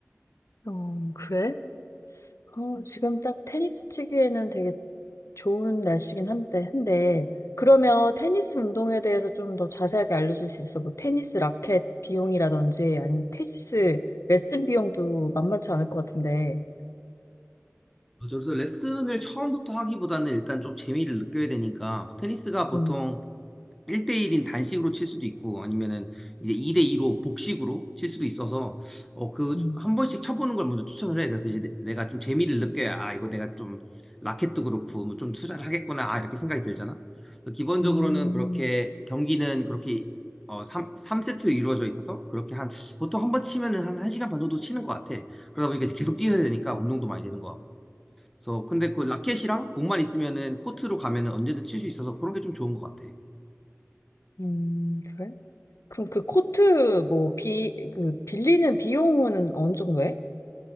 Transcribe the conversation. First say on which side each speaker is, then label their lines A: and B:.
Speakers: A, on the left; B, in the centre.
A: 어, 그래? 어, 지금 딱 테니스 치기에는 되게 좋은 날씨긴 한데, 한데 그러면 테니스 운동에 대해서 좀 더 자세하게 알려줄 수 있어? 뭐 테니스 라켓 비용이라든지 아니면 테니스 레슨 비용도 만만치 않을 것 같은데.
B: 맞아. 그래서 레슨을 처음부터 하기보다는 일단 좀 재미를 느껴야 되니까 테니스가 보통
A: 음,
B: 1대1인 단식으로 칠 수도 있고 아니면은 이제 2대2로 복식으로 칠 수도 있어서 어 그
A: 음,
B: 한 번씩 쳐보는 걸 먼저 추천을 해. 그래서 이제 내- 내가 좀 재미를 느껴야 아 이거 내가 좀 라켓도 그렇고 뭐 좀 투자를 하겠구나 아 이렇게 생각이 들잖아. 그래서 기본적으로는
A: 음,
B: 그렇게 경기는 그렇게 어 3, 삼세트 이루어져 있어서 그렇게 한 보통 한 번 치면은 한 1시간 반 정도 치는 것 같아. 그러다 보니까 이제 계속 뛰어야 되니까 운동도 많이 되는 것 같고. 그래서 근데 그 라켓이랑 공만 있으면은 코트로 가면은 언제든 칠 수 있어서 그런 게 좀 좋은 것 같아.
A: 음, 그래? 그럼 그 코트 뭐 비, 그 빌리는 비용은 어느 정도 해?